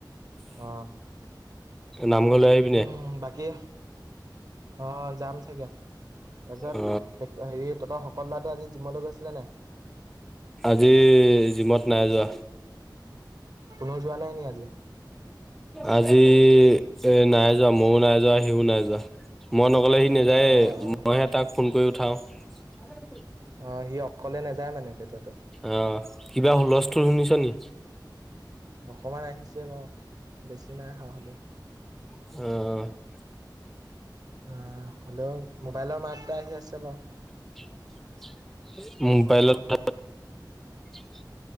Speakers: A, on the right; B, in the centre.
A: অ।
B: নামঘৰলে আহি
A: উম, বাকী অ, যাম চাগে। তাৰপিছত
B: অ
A: ত, হেৰি ততৰ শকত ল'ৰাটো আজি জিমলৈ গৈছিলে নাই?
B: আজি জিমত নাই যোৱা।
A: কোনো যোৱা নাই নি আজি?
B: আজি এ নাই যোৱা। মও নাই যোৱা, সিও নাই যোৱা। মই নগ'লে সি নাযায়ে।
A: অঁ অঁ
B: মইহে তাক ফোন কৰি উঠাওঁ। <unintelligible>
A: অ, সি অকলে নাযায় মানে পেটুৱাটো।
B: অ, কিবা হুলস্থূল শুনিছ নি?
A: অকমান আহিছে বাও, বেছি নাই আহা হলেওঁ।
B: অ।
A: অ', হ'লেওঁ মোবাইলৰ মাত এটা আহি আছে বাও।
B: <inaudible> মোবাইলত
A: অঁ
B: <unintelligible>